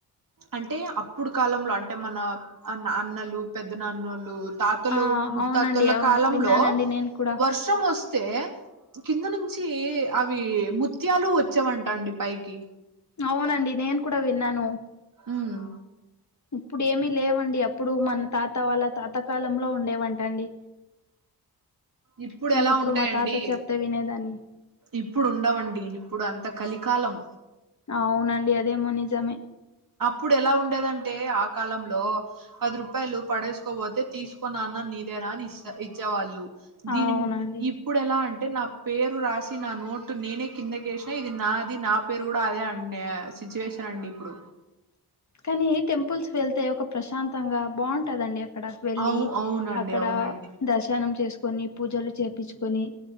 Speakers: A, on the right; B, on the left.
A: అంటే, అప్పుడు, కాలంలో, అంటే, మన, అ అన్నలు, పెద్ద నాన్నలూ. తాతలు,
B: ఆ
A: ముత్తాతల
B: అవునండి అవును
A: కాలంలో,
B: విన్నానండి నేను కూడా
A: వర్షం, వొస్తే, కింద, ను. చ్చి అవి, ముత్యాలు, వొచ్చేవంట, అండి, పైకి.
B: అవునండి, నేను, కూడా, విన్నాను.
A: ఉమ్.
B: ఇప్పుడు, ఏమి, లేవండి, అప్పుడు, మన, తాత, వాళ్ళ, తాతకాలంలో, ఉండేవంటండి.
A: ఇప్పుడు,
B: చిన్నప్పుడు
A: ఎలా, ఉంటాయండి.
B: మా తాత చెప్తే వినేదాన్ని
A: ఇప్పుడు, ఉండవండి, ఇప్పుడు, అంత, కలికాలం.
B: అవునండి, అదేమో, నిజమే.
A: అప్పుడెల, ఉండేదంటే, ఆ కాలంలో, పది, రూపాయలు, పడేసుకోవొతే, తీసుకో, నాన్న, నీదే, అ. నాని స్ అ ఇచ్చేవాళ్ళు, దీని
B: అవునండి
A: మి ఇప్పుడు, ఎలా, అంటే. అంటే, నా పేరు, రాసి, నా నోట్, నేనే, కిందకేసినా, ఇది నాది, నా పేరు, గుడ, అదే, అన్నే సీ. సిచ్యువేషన్, అండి, ఇప్పుడు.
B: కానీ, టెంపుల్స్, వెళ్తే, ఒక ప్రశాంతంగా, బాటదండి. అక్కడకు, వెళ్లి,
A: అవు అవునండి
B: అక్కడ,
A: అవునండి
B: దర్శనం, చేసుకొని, పూజలు, చేపిచ్చుకొని.